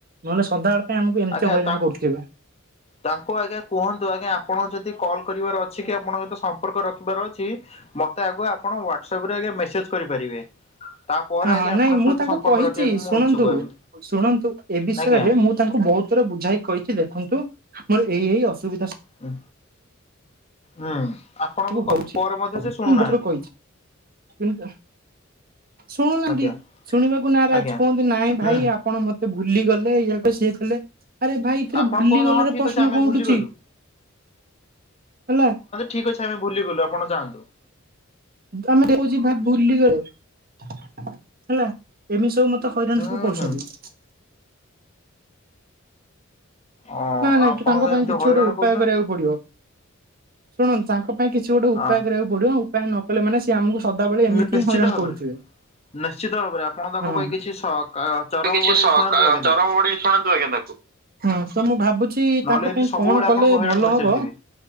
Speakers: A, on the right (about 45°); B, on the left (about 30°).
A: ନହେଲେ ସଦାବେଳେ ପାଇଁ ଆମକୁ ଏମିତି
B: ଆଜ୍ଞା
A: ହଇରାଣ
B: ତା
A: କରୁଥିବେ।
B: ତାଙ୍କୁ ଆଜ୍ଞା କୁହନ୍ତୁ ଆଜ୍ଞା ଆପଣଙ୍କ ଯଦି ଯଦି କଲ୍ କରିବାର ଅଛି କି ଆପଣଙ୍କ ସହିତ ସମ୍ପର୍କ ରଖିବାର ଅଛି ମତେ ଆଗ ଆପଣ ହ୍ବାଟ ହ୍ବାଟସପ୍ ପରେ ଆଜ୍ଞା ମେସେଜ୍ କରିପାରିବେ। ତାପରେ
A: ହ
B: ଆଜ୍ଞା
A: ହଁ ହଁ ନାଇଁ
B: ଆପଣଙ୍କ
A: ମୁଁ
B: ସହିତ
A: ତାଙ୍କୁ
B: ସମ୍ପର୍କ
A: କହିଛି
B: ରଖିବାକୁ
A: ଶୁଣନ୍ତୁ
B: ମୁଁ ଇଚ୍ଛୁକ ହେବି
A: ଶୁଣନ୍ତୁ ଏ ବିଷୟରେ
B: ଆଜ୍ଞା।
A: ମୁଁ ତାଙ୍କୁ ବହୁତ ଥର ବୁଝାଇ କହିଛି ଦେଖନ୍ତୁ ମୋର ଏଇ ଏଇ ଅସୁବିଧା
B: ହୁଁ ହୁଁ ଆପଣଙ୍କୁ
A: ସବୁ ହଉଛି।
B: ପରେ ମଧ୍ୟ ସେ ଶୁଣୁନାହାନ୍ତି।
A: ମୁଁ ବହୁତ ଥର କହିଛି କିନ୍ତୁ ଶୁଣୁନାହାନ୍ତି
B: ଆଜ୍ଞା
A: ଶୁଣିବାକୁ ନାରାଜ୍
B: ଆଜ୍ଞା।
A: କୁହନ୍ତି ନାଇଁ
B: ହୁଁ
A: ଭାଇ ଆପଣ ମ ଭୁଲି ଗଲେ ଇଏ ବେ ସିଏ କଲେ। ଆରେ ଭାଇ ଏଥିରେ
B: ଆପଣ
A: ଭୁଲି
B: କଣ
A: ଗଲେର
B: ହଁ ଠିକ
A: ପ୍ରଶ୍ନ
B: ଅଛି ଆମେ
A: କୋଉଠୁଛି
B: ଭୁଲିଗଲୁ।
A: ହେଲା।
B: ଠିକ୍ ଅଛି ଆମେ ଭୁଲିଗଲୁ ଆପଣ ଯାଆନ୍ତୁ
A: ଆମେ କୋଉଚି ଭୁଲିଗଲେ ହେଲା ଏମିତି ସବୁ ମ ତ ହଇରାଣ
B: ହୁଁ
A: ସବୁ କରୁଛନ୍ତି।
B: ହୁଁ। ଅ
A: ନାଇଁ-ନାଇଁ
B: ଆପଣଙ୍କୁ
A: କି ତାଙ୍କ ପାଇଁ
B: ଏମିତି
A: କିଛି
B: ହଇରାଣ
A: ଗୋଟେ ଉପାୟ
B: କରୁଛନ୍ତି
A: କରିବାକୁ ପଡିବ। ଶୁଣନ୍ତୁ ତାଙ୍କ ପାଇଁ କିଛି ଗୋଟେ ଉପାୟ
B: ଆ
A: କରିବାକୁ ପଡ଼ିବ ଆଉ। ଉପାୟ ନ କଲେ ମାନେ ସିଏ ଆମକୁ ସଦାବେଳେ ଏମିତି
B: ନିଶ୍ଚିତ
A: ହିଁ ହଇରାଣ
B: ଭାବରେ।
A: କରୁଥିବେ।
B: ନିଶ୍ଚିତ ଭାବରେ ଆପଣ ତାଙ୍କ
A: ହଁ।
B: ପାଇଁ କିଛି ସ ଅ ଚରମବଢେଇକି
A: କିଛି ସ
B: ଶୁଣନ୍ତୁ ଆଜ୍ଞା
A: ଚରମଗଡି
B: ତାକୁ।
A: ଶୁଣାନ୍ତୁ ଆଜ୍ଞା ତାକୁ, ହୁଁ ମୁଭାବୁଛି
B: ନହେଲେ
A: ତାଙ୍କ
B: ଏମିତି
A: ପାଇଁ
B: ସବୁବେଳେ
A: କଣ କଲେ
B: ଆପଣଙ୍କୁ ହଇରାଣ
A: ଭଲ
B: କରି
A: ହବ।
B: ଚାଲିଥିବେ